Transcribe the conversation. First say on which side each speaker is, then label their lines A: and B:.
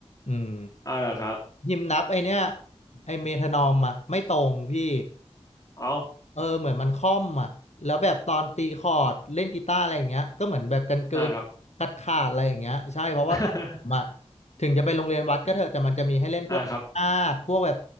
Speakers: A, on the left; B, on the left.
A: อืม
B: อ๋อเหรอครับ
A: ฮิมนับไอเนี้ยไอเมทานอมอ่ะไม่ตรงพี่
B: อ๋อ
A: เออเหมือนมันค่อมอ่ะแล้วแบบตอนตีคอร์ดเล่นกีตาร์อะไรอย่างเงี้ยก็เหมือนแบบกันเกินขาดขาดอะไรอย่างเงี้ยใช่เพราะว่าตอนผมอ่ะ
B: อ่าครับ <laughs>
A: ถึงจะไปโรงเรียนวัดก็เถอะแต่มันจะมีให้เล่นพวกนาฏพวกแบบ
B: อ่าครับ